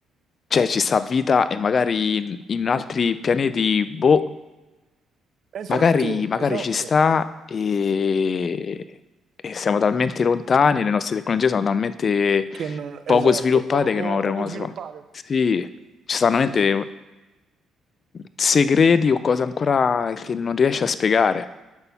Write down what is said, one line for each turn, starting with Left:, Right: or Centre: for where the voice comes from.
Left: cioè, ci sta vita e magari in, in altri pianeti, boh,
Right: Esatto,
Left: magari, magari
Right: esatto.
Left: ci sta e... e siamo talmente lontani, le nostre tecnologie sono talmente
Right: Che non... Esatto,
Left: poco sviluppate
Right: poco,
Left: che non avremo...
Right: poco sviluppate.
Left: Sì, ci
Right: Sì,
Left: stanno
Right: sì,
Left: veramente
Right: sì.
Left: segreti o cose ancora che non riesci a spiegare.